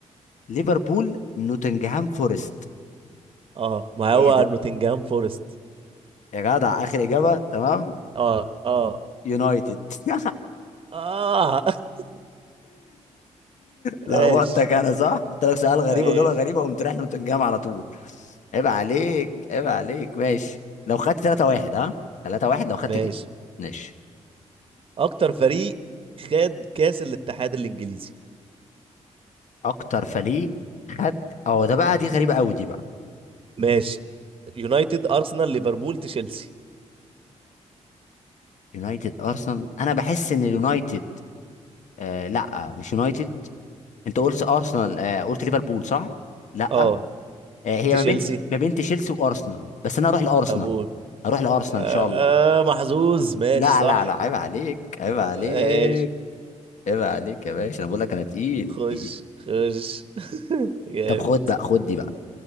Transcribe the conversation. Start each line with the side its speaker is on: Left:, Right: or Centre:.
Left: ليفربول نوتنغهام فورست
Right: اه ما
Left: ايه
Right: هو
Left: ده
Right: نوتنجهام فورست
Left: يا جدع اخر اجابة تمام
Right: اه اه
Left: يونايتد <laughs>
Right: اه <laughs>
Left: لخبطتك
Right: ماشي
Left: انا صح؟ قلت لك سؤال غريب
Right: ماشي
Left: واجابه غريبه وقمت رايح نوتنجهام على طول عيب عليك عيب عليك ماشي لو خدت 3 1 ها 3 1 لو خدت
Right: ماشي
Left: دي ماشي
Right: اكتر فريق خد كاس الاتحاد الانجليزي
Left: اكتر فريق خد اه ده بقى دي غريبه قوي دي بقى
Right: ماشي يونايتد ارسنال ليفربول تشيلسي
Left: يونايتد ارسنال انا بحس ان اليونايتد آه لا مش يونايتد انت قلت ارسنال آه قلت ليفربول صح لا
Right: اه
Left: آه هي
Right: تشيلسي
Left: ما بين ما بين تشيلسي وارسنال بس انا اروح لارسنال
Right: ابول
Left: اروح لارسنال
Right: آه
Left: ان شاء الله
Right: محظوظ ماشي
Left: لا
Right: صح
Left: لا لا عيب عليك عيب عليك
Right: ماشي
Left: عيب عليك يا باشا انا بقول لك انا تقيل
Right: خش
Left: تقيل
Right: خش <laughs> جامد
Left: طب خد بقى خد دي بقى